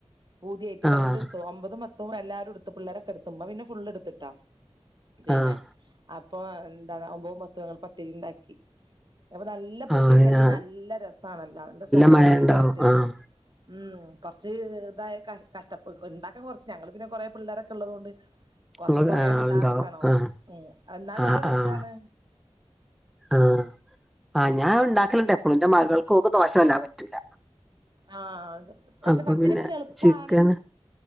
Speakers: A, on the right (about 45°); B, in the centre.
A: പൂതിയായിട്ട്
B: ആഹ്
A: രണ്ട് ദിവസവും ഒമ്പതും പത്തും എല്ലാവാരും എടുത്ത് പിള്ളേരൊക്കെ എടുത്ത്പ പിന്നെ ഇമ്മ ഫുള്ളെടുത്തിട്ടാ പിന്നെ
B: ആഹ്
A: അപ്പൊ എന്താണ് ഒപ്പതും പത്തും പത്തിരി ണ്ടാക്കി അപ്പൊ നല്ല പൊടിയൊക്കെണാക്കിൽ
B: ആഹ് ഞാൻ
A: നല്ല രസാട്ട നല്ല സോഫ്റ്റ്
B: മഴ ഇണ്ടാവും
A: ആയിട്ട്
B: ആഹ്
A: ഉം കുറച്ച് ഇതായ ക കഷ്ട ഉണ്ടാക്ക കുറച്ച് ഞങ്ങള് പിന്നെ കൊറേ പിള്ളേരൊക്കെ ഉള്ളത്തോണ്ട് കൊറച്ച
B: ഇങ്ങള്
A: കൊറേണ്ടാക്കണം
B: ആഹ് ആളുണ്ടാവും ആഹ്
A: ന്നാലും
B: ആഹ്
A: നല്ല രസാണ്ഹ്
B: ആഹ് ആഹ് ആഹ് ഞാൻ ഉണ്ടാക്കലിണ്ട് എപ്പോളു ഇന്റെ മകൾക്ക്ഓള്ക്ക് ദോശ വല്ലാതെ പറ്റൂല
A: ആഹ പക്ഷെ
B: അപ്പൊ
A: പത്തിരി
B: പിന്നെ
A: നമുക്ക് എളുപ്പാണ്
B: ചിക്കൻ